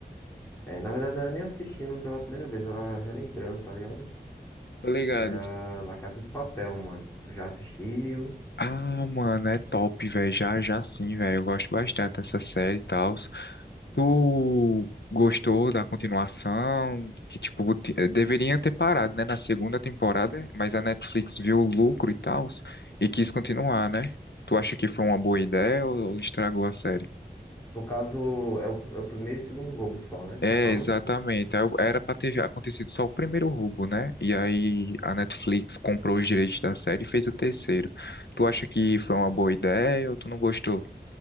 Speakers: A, on the left (about 15°); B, on the left (about 80°).
A: é, na verdade não era nem assistindo um pela primeira vez, era relembrando, tá ligado?
B: tô ligado.
A: Era La Casa de Papel, mano. Tu já assistiu?
B: Ah, mano, é top, velho. Já, já sim, velho. Eu gosto bastante dessa série e tal. Tu gostou da continuação? Que, tipo, te- eh, deveria ter parado, né, na segunda temporada, mas a Netflix viu o lucro e tal e quis continuar, né? Tu acha que foi uma boa ideia ou estragou a série?
A: No caso, é o, é o primeiro e segundo roubo só, né? Tá
B: É,
A: falando?
B: exatamente. Aí o- Era pra ter já acontecido só o primeiro roubo, né? E aí a Netflix comprou os direitos da série e fez o terceiro. Tu acha que foi uma boa ideia ou tu não gostou?